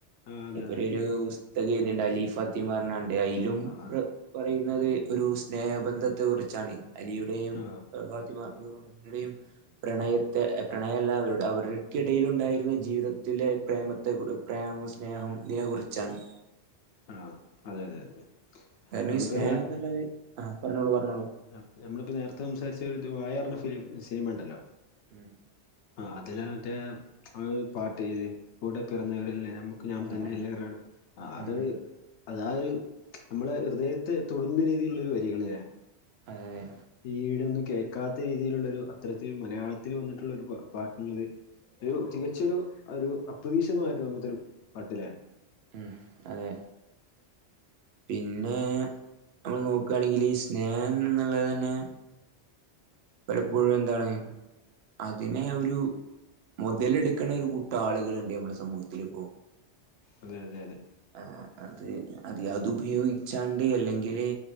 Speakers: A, on the left (about 80°); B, on the right (about 70°).
A: ആ അതെ
B: മൂപ്പര്
A: അതെ
B: ഒരു പുസ്തകം എയ്ത്ണ്ട് അലി ഫത്തിമ പറഞ്ഞാണ്ട് അഴിലും
A: ആ
B: പറയുന്നത് ഒരു സ്നേഹബന്ധത്തെ കുറിച്ചാണ് അലിയുടെയും
A: ആ
B: ഫാത്തിമ ടെയും പ്രണയത്തെ പ്രണയല്ല അവരുടെ അവർക്കിടഴിലുണ്ടായിരുന്ന ജീവിതത്തിലെ പ്രേമത്തെ പ്രേമം സ്നേഹം ഇതിനെ കുറിച്ചാണ്
A: ആഹ് അതെ അതെ അതെ
B: കാരണം
A: നമ്മളിപ്പോ
B: ഈ സ്നേഹന്ന്ള്ളത് ആഹ് പറഞ്ഞോളൂ പറഞ്ഞോളൂ
A: ആ നമ്മളിപ്പോ നേരത്തെ സംസാരിച്ച ഒരു വായറിഞ ഫിലിം സിനിമ ഇണ്ടല്ലോ
B: ഉം
A: ആ അതില മറ്റേ ആ ഒരു പാട്ട് കൂടെ പിറന്നവരല്ലേ നമു ക്ക് ഞാൻ
B: ആ
A: തന്നെ
B: ആ
A: എല്ലാറിണ് ആ അത്
B: ഉം ഉം
A: അതാ ആ ഒരു നമ്മളെ ഹൃദയത്തെ തൊടുന്ന രീതിയിലുള്ള ഒരു വരികൾല്ലേ
B: അ ഏ
A: ഈടൊന്നും കേൾക്കാത്ത രീതിയിലുള്ളൊരു അത്തരത്തിൽ മലയാളത്തിൽ വന്നിട്ടുള്ള ഒരു പ പാട്ടുള്ളത് ഒരു തികച്ചൊരു ഒരു അപ്രതീക്ഷിതമായിട്ട് നമുത്തൊരു പാട്ടിലേ
B: ഉം അതെ പിന്നെ നമ്മള് നോക്കുകയാണെങ്കിൽ സ്നേഹം എന്നുള്ളത് തന്നെ പലപ്പോഴും എന്താണ് അതിനെ ഒരു മുതലെടുക്ക്ണ ഒരു കൂട്ടം ആളുകളുണ്ട് നമ്മളെ സമൂഹത്തില്പൊ
A: അതെ അതെ അതെ
B: ആ അത് അത് അത് ഉപയോഗിച്ചാണ്ട് അല്ലെങ്കില്